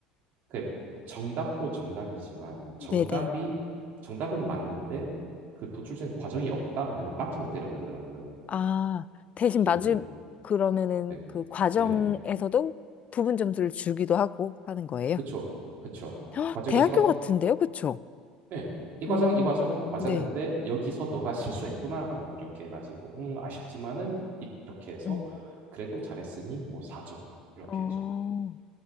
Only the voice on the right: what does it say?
그 정답도 정답이지만 정답이
정답은 맞는데 그 도출된 과정이 없다 하면은 빵점을 때려버리더라고요.
이점을
때리던가.
네,
네네.
그쵸, 그쵸.
과정에서
네, 이 과정
이 과정 맞았는데
여기서 너가 실수했구나 하면 이렇게 해가지고 음, 아쉽지만은 이- 이렇게 해서
그래도 잘했으니 뭐 4점 이렇게
해서.